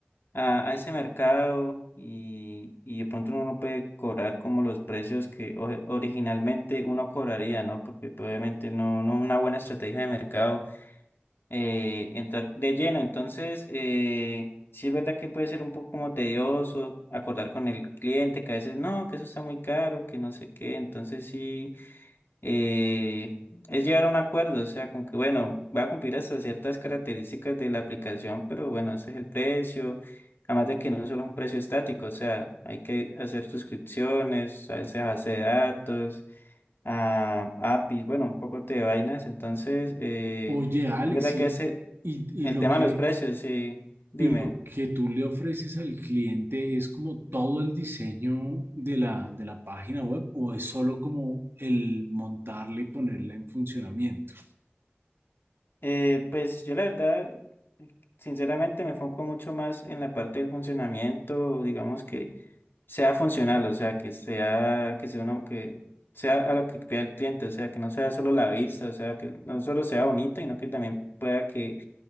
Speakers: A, on the left; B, on the right.
A: a, a ese mercado y, y de pronto uno no puede cobrar como los precios que o- originalmente uno cobraría, ¿no? Porque pues, obviamente no, no es una buena estrategia de mercado eh, entrar de lleno. Entonces, eh, sí es verdad que puede ser un poco como tedioso acordar con el cliente que a veces no, que eso está muy caro, que no sé qué. Entonces sí eh, es llegar a un acuerdo, o sea, con que, bueno, va a cumplir hasta ciertas características de la aplicación, pero bueno, ese es el precio, además de que no solo es un precio estático, o sea, hay que hacer suscripciones, a veces base de datos, a APIs, bueno, un poco de vainas, entonces, eh,
B: Oye, Alex,
A: es verdad
B: y,
A: que ese,
B: y-
A: el
B: y lo
A: tema
B: que,
A: de los precios, sí, dime.
B: y lo que tú le ofreces al cliente es como todo el diseño de la, de la página web o es solo como el montarla y ponerla en funcionamiento.
A: Eh, pues yo la verdad, sinceramente me enfoco mucho más en la parte del funcionamiento, digamos que sea funcional, o sea, que sea, que sea uno que sea a lo que pida el cliente, o sea, que no sea solo la vista, o sea, que no solo sea bonita, sino que también pueda que